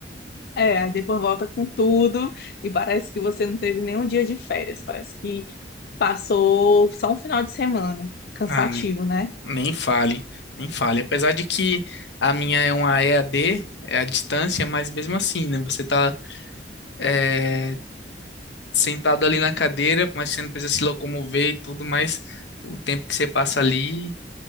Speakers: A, on the left (about 60°); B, on the left (about 80°).
A: É, aí depois volta com tudo, e parece que você não teve nenhum dia de férias, parece que passou só um final de semana, cansativo,
B: Ah,
A: né?
B: Nem fale, nem fale. Apesar de que a minha é uma EAD, é à distância, mas mesmo assim, né? Você tá eh, sentado ali na cadeira, mas você não precisa se locomover e tudo, mas o tempo que você passa ali,